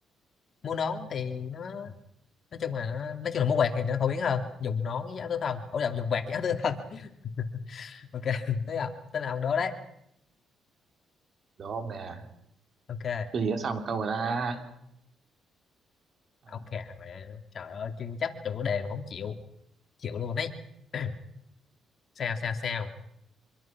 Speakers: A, on the left; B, on the right.
A: mũ nón thì nó nói chung là nó, nói chung là mũ quạt thì nó phổ biến hơn dùng nón với áo tứ thân ủa lộn, dùng quạt với áo tứ thân <laughs> ok thế là thế là ông đó đấy
B: đúng không nè
A: ok
B: tôi gì đã sao một câu rồi ta à
A: ông khà mà trời ơi chưa chấp trong chủ đề mà không chịu chịu luôn đấy <clears throat> sao sao sao